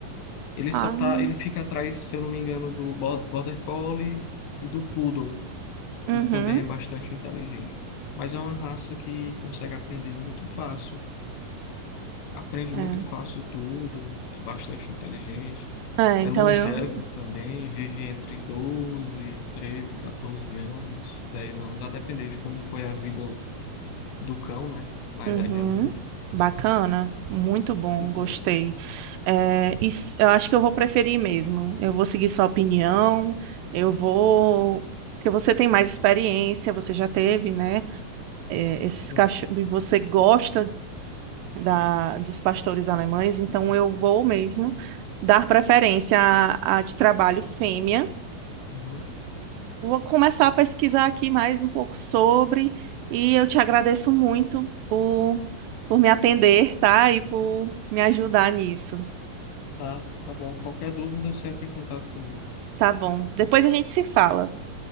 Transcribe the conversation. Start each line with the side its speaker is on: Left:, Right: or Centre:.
Left: Ele
Right: Ah,
Left: só tá, ele fica atrás, se eu não me engano, do Bo- Border Collie e do Poodle, que
Right: uhum.
Left: também é bastante inteligente. Mas é uma raça que consegue aprender muito fácil. Aprende
Right: É.
Left: muito fácil tudo, é bastante inteligente.
Right: É,
Left: É
Right: então
Left: longevo
Right: eu,
Left: também, vive entre doze treze 14 anos, 10 anos, a depender de como foi a vida do cão, né? Na
Right: Uhum.
Left: idade adulta.
Right: Bacana, muito bom,
Left: Pois
Right: gostei.
Left: é.
Right: É, isso- eu acho que eu vou preferir mesmo. Eu vou seguir sua opinião, eu vou. Porque você tem mais experiência, você já teve, né? é, esses
Left: Sim.
Right: cachorros, e você gosta da, dos pastores alemães, então eu vou mesmo dar preferência à, à de trabalho fêmea
Left: Uhum.
Right: Vou começar a pesquisar aqui mais um pouco sobre e eu te agradeço muito por, por me atender, tá? E por me ajudar nisso.
Left: Tá, tá bom. Qualquer dúvida, você entra em contato comigo.
Right: Tá bom. Depois a gente se fala.